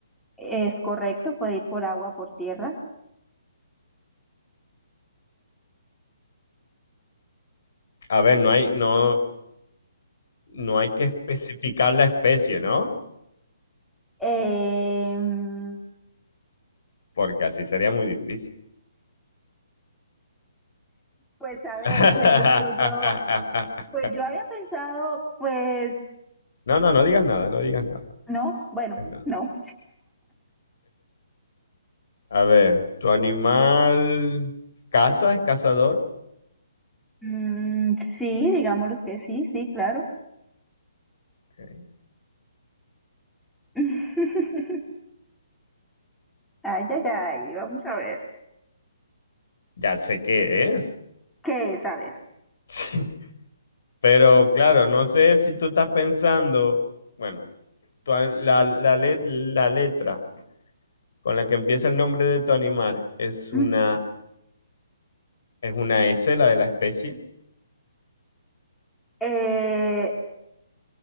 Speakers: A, in the centre; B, on the left.
A: es correcto, puede ir por agua, por tierra.
B: A ver, no hay, no, no hay que especificar la especie, ¿no?
A: Eh,
B: Porque así sería muy difícil.
A: pues
B: <laughs>
A: a ver, ¿qué le digo yo? Pues yo había pensado, pues
B: No, no, no digas nada, no digas nada.
A: no, bueno,
B: Venga.
A: no.
B: A ver, ¿tu animal caza, es cazador?
A: Mm, sí, digámoslo que sí, sí, claro.
B: Ok.
A: <laughs> Ay, ay, ay, vamos a ver.
B: Ya sé qué es.
A: ¿Qué es? A ver.
B: <laughs> Pero claro, no sé si tú estás pensando, bueno, tu a- la, la, le- la letra con la que empieza el nombre de tu animal es una...
A: Mm,
B: Es una S, la de la especie.
A: eh,